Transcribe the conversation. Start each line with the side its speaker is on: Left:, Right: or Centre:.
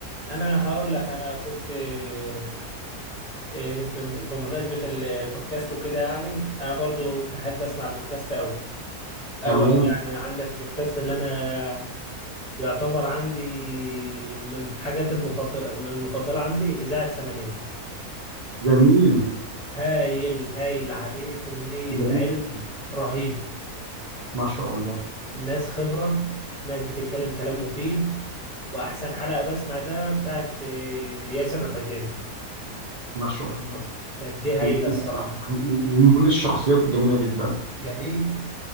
Left: انا هقول لك انا كنت إيه، إيه، بم- بمناسبة ال- البودكاست وكده يعني انا برضو بحب اسمع البودكاست اوي اوي
Right: تمام
Left: اوي يعني عندك بودكاست اللي انا يعتبر عندي من الحاجات المفضلة من المفضلة عندي إذاعة سمانية
Right: جميل
Left: هايل هايل عليه كمية
Right: جميل
Left: علم
Right: جدا
Left: رهيبة
Right: ما شاء الله
Left: ناس خبرة ناس بتتكلم كلام مفيد واحسن حلقه بقى سمعتها بتاعت آه، ياسر الحزيمي
Right: ما شاء الله
Left: كانت دي هايله
Right: جميلة
Left: الصراحه
Right: أوي. ومن الشخصيات الجميلة جدا
Left: جميل